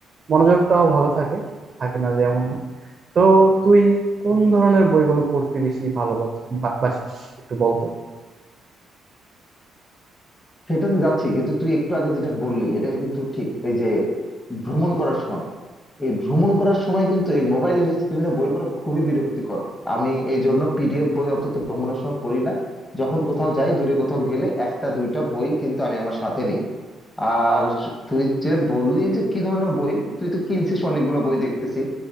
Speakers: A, on the right; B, on the left.
A: মনোযোগটাও ভালো থাকে থাকে না যেমন না তো তুই কোন ধরনের বইগুলো পড়তে বেশি ভালোবাসিস একটু বলতো
B: সেটাতে যাচ্ছি কিন্তু তুই একটু আগে যেটা বললি এটা কিন্তু ঠিক এই যে ভ্রমণ করার সময় এই ভ্রমণ করার সময় কিন্তু এই মোবাইলের স্ক্রিনে বই পড়া খুবই বিরক্তিকর আমি এই জন্য পিডিএফ বই অন্তত ভ্রমণের সময় পড়ি না যখন কোথাও যাই দূরে কোথাও গেলে একটা দুইটা বই কিন্তু আমি আমার সাথে নিই আর তুই যে বললি যে কি ধরনের বই তুই তো কিনছিস অনেকগুলো বই দেখতেছি